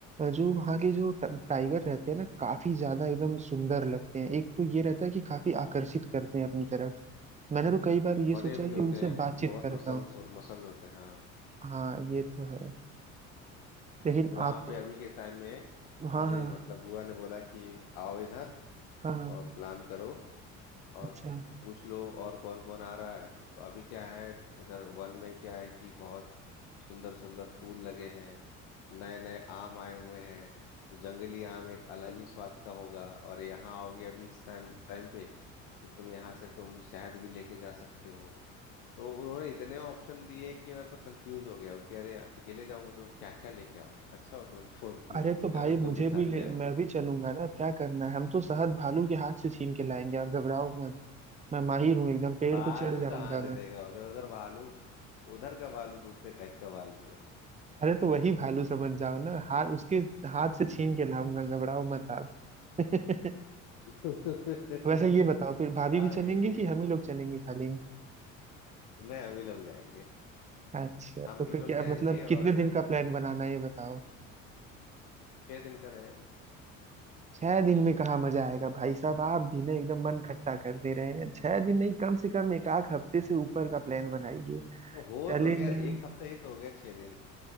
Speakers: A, on the right; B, on the left.
A: जो वहाँ के जो ट- टाइगर रहते हैं ना काफी ज्यादा एकदम सुंदर लगते हैं एक तो ये रहता है कि काफी आकर्षित करते हैं अपनी तरफ मैंने तो कई बार ये
B: बड़े
A: सोचा
B: भी
A: है कि
B: होते
A: उनसे
B: हैं मतलब
A: बातचीत
B: बहुत
A: करता
B: मसल
A: हूँ
B: मसल होते हैं हाँ
A: हाँ ये तो है लेकिन
B: वहां
A: आप
B: पे अभी के टाइम में
A: हाँ
B: मुझे
A: हाँ
B: मतलब बुआ ने बोला कि आओ इधर
A: हाँ हाँ,
B: और प्लान करो और
A: अच्छा
B: पूछ लो और कौन कौन आ रहा है तो अभी क्या है इधर वन में क्या है कि बहुत सुंदर सुंदर फूल लगे हैं नए नए आम आए हुए हैं तो जंगली आम एक अलग ही स्वाद का होगा और यहाँ आओगे अभी इस टाइम टाइम पे तो तुम यहाँ से तुम शहद भी लेके जा सकते हो तो उन्होंने इतने ऑप्शन दिए कि मैं तो कंफ्यूज हो गया हूँ कि अरे अकेले जाऊंगा तो मैं क्या क्या लेके आऊंगा अच्छा हो तुमने <laughs> फोन किया
A: अरे तो भाई
B: चलो
A: मुझे
B: तुम भी साथ
A: भी ले
B: में आओ
A: मैं भी चलूंगा ना क्या करना है हम तो शहद भालू के हाथ से छीन के लाएंगे आप घबराओ मत मैं माहिर हूँ एकदम पेड़
B: भालू
A: पे चढ़ जाऊंगा
B: कहाँ से
A: मैं
B: देगा उधर उधर भालू उधर का भालू दूसरे टाइप का भालू
A: अरे तो वही
B: हाँ
A: भालू समझ जाओ ना हाथ उसके हाथ से छीन के लाऊंगा घबराओ मत आप <laughs>
B: <laughs>
A: वैसे ये बताओ फिर भाभी
B: हाँ
A: भी चलेंगे
B: ये भी
A: कि
B: है
A: हम ही लोग चलेंगे खाली
B: नहीं हम ही लोग जाएंगे
A: अच्छा
B: हम
A: तो
B: ही
A: क-
B: लोग
A: क्या
B: जाएंगे
A: मतलब
B: और
A: कितने दिन का प्लान बनाना है ये बताओ
B: छह दिन का रहेगा
A: छह दिन में कहाँ मजा आएगा भाई साहब आप भी ना एकदम मन खट्टा कर दे रहे हैं छह दिन नहीं कम से कम एक आध हफ्ते से ऊपर का प्लान बनाइए
B: तो हो
A: चलेंगे
B: तो गया एक हफ्ते ही तो हो गया छह दिन